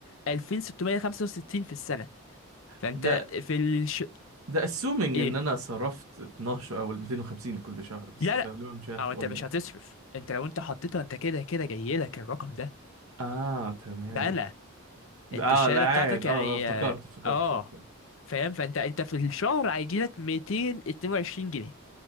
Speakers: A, on the left (about 60°); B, on the right (about 70°).
A: 2665 في السنه فانت
B: ده
A: في الش...
B: ده assuming
A: إيه؟
B: ان انا صرفت 12 او ال 250 كل شهر بس
A: لا
B: ده غالبا مش هيحصل
A: او انت
B: ولا
A: مش
B: ايه
A: هتصرف انت لو انت حطيتها انت كده كده جاي لك الرقم ده
B: اه تمام
A: فانا انت
B: اه
A: الشهاده
B: العائد
A: بتاعتك يعني
B: اه آه، افتكرت
A: اه
B: افتكرت
A: آه،
B: صح صح
A: فاهم فانت انت في الشهر هيجي لك 222 جنيه